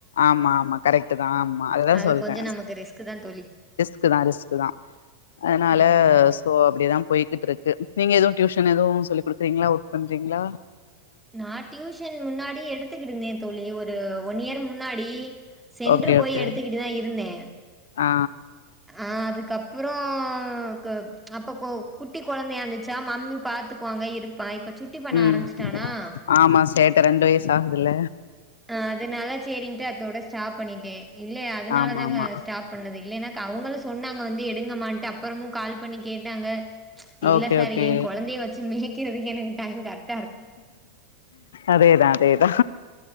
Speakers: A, on the left; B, in the centre.
A: ஆமா ஆமா கரெக்ட்டுதா ஆமா அததா
B: அது
A: சொல்றே
B: கொஞ்சோ நமக்கு ரிஸ்க் தா தோழி
A: ரிஸ்க்குதா ரிஸ்க்குதா அதனால
B: ம்
A: சோ அப்டிதாம் போய்க்கிட்ருக்கு நீங்க எதுவு டியூஷன் எதுவு சொல்லி குடுக்குறீங்ளா ஒர்க் பண்றிங்ளா
B: நா டியூஷன் முன்னாடி எடுத்துக்கிடுந்தே தோழி ஒரு ஒன்னியர் முன்னாடி சென்று
A: ஓகே
B: போய்
A: ஓகே
B: எடுத்துக்கிட்டுதா இருந்தே
A: ஆ
B: ஆ அதுக்கப்புற கெ அப்ப குட்டி கொழந்தையா இந்துச்சா மம்மி பாத்துப் குவாங்க இருப்பா இப்ப சுட்டி பண்ண
A: உம்
B: ஆரம்பிச்சுட்டானா
A: ஆமா சேட்ட ரெண்டு வயசு ஆகுதுல்ல
B: ஆ அது நல்லா சேரின்ட்டு அதோட ஸ்டாப் பண்ணிட்டே இல்ல அதனால
A: ஆமா
B: தாங்க
A: ஆமா
B: ஸ்டாப் பண்ணது இல்லைனாக்கா அவங்களுஸ் சொன்னாங்க வந்து எடுங்கமான்ட்டு அப்புறமு கால் பண்ணி கேட்டாங்க இல்ல
A: ஓகே
B: சார்
A: ஓகே
B: ஏ கொழந்தய வச்சு மேய்க்கிறதுக்கே எனக்கு டைம் கரக்
A: அதேதா அதேதா